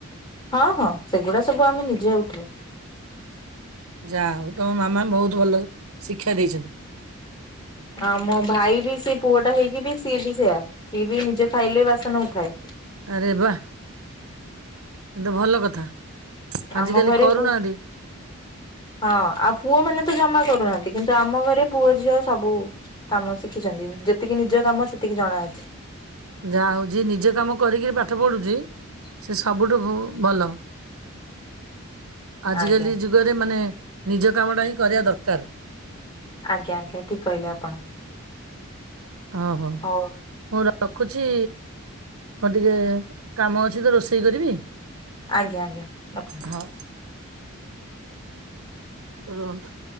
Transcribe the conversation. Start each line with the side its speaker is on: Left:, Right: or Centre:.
Left: ହଁ ହଁ ସେଗୁଡା ସବୁ ଆମେ ନିଜେ ଉଠାଉ।
Right: ଯା ହୋଉ ତମ ମାମା ବୋହୁତୁ ଭଲ ଶିକ୍ଷା ଦେଇଛନ୍ତି।
Left: ଆ ମୋ ଭାଇ ବି ସେ ପୁଅ ଟା ହେଇକି ବି ସିଏ ବି ସେୟା ସିଏ ବି ନିଜେ ଖାଇଲେ ବାସନ ଉଠାଏ।
Right: ଆରେ ବା ଏତ ଭଲ କଥା। ଆଜିକାଲି
Left: ଆମ ଘରେ
Right: କରୁନାହାନ୍ତି
Left: କୁ ହଁ ଆଉ ପୁଅ ମାନେ ତ ଜମା କରୁନାହାନ୍ତି କିନ୍ତୁ ଆମ ଘରେ ପୁଅ ଝିଅ ସବୁ କାମ ଶିଖିଚନ୍ତି ଯେତିକି ନିଜ କାମ ସେତିକି ଜଣାଅଛି।
Right: ଯାହା ହଉ ଯିଏ ନିଜେ କାମ କରିକି ପାଠ ପଢୁଚି
Left: <inaudible>
Right: ସବୁଠୁ ଭଲ ଆଜିକାଲି
Left: ଆଜ୍ଞା।
Right: ଯୁ ଯୁଗରେ ମାନେ ନିଜ କାମ ଟା ହିଁ କରିବା ଦରକାର।
Left: ଆଜ୍ଞା ଆଜ୍ଞା ଠିକ କହିଲେ ଆପଣ।
Right: ଓ ହୋ
Left: ହଉ
Right: ମୁଁ ରଖୁଚି ମୋର ଟିକେ କାମ ଅଛି ତ ରୋଷେଇ କରିବି।
Left: ଆଜ୍ଞା ଆଜ୍ଞା ରଖନ୍ତୁ।
Right: ହଁ ରୁହନ୍ତୁ।